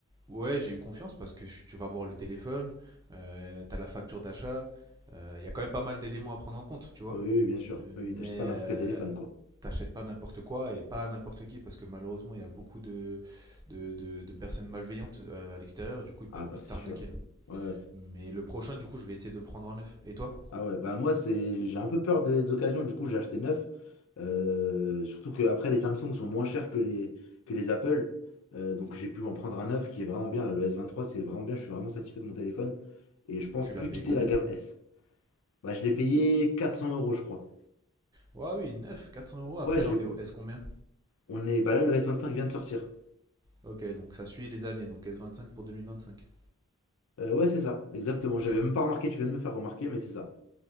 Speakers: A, on the right; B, on the left.
A: Ouais, j'ai eu confiance parce que je- tu vas voir le téléphone, euh, t'as la facture d'achat. euh, Il y a quand même pas mal d'éléments à prendre en compte, tu vois.
B: Oui, oui, bien sûr. Oui,
A: Mais
B: oui, t'achètes pas
A: euh,
B: n'importe quel téléphone, quoi.
A: t'achètes pas n'importe quoi et pas à n'importe qui parce que malheureusement il y a beaucoup de, de, de- de personnes malveillantes euh, à l'extérieur, du coup ils
B: Ah
A: peuvent
B: bah
A: vite
B: c'est
A: t'arnaquer.
B: sûr. Ouais. ouais.
A: Mais le prochain, du coup, je vais essayer de le prendre en neuf. Et toi
B: Ah ouais, bah moi c'est j'ai un peu peur des occasions, du coup j'ai acheté neuf. Euh, surtout que après les Samsung sont moins chers que les, que les Apple. Euh, donc j'ai pu m'en prendre un neuf qui est vraiment bien. là. le s vingt trois c'est vraiment bien, je suis vraiment satisfait de mon téléphone. Et je pense
A: Tu
B: plus
A: l'as payé
B: quitter
A: combien
B: la gamme S. Bah je l'ai payé 400 euros je crois.
A: Ouais, oui, neuf, 400 euros. Après
B: Ouais, j'ai
A: là on est au S combien
B: on est. Bah là le s vingt cinq vient de sortir.
A: Ok, donc ça suit les années, donc s cinq pour 2025.
B: Euh, ouais c'est ça, exactement.
A: Ok,
B: J'avais même pas remarqué, tu viens de me faire remarquer, mais c'est ça.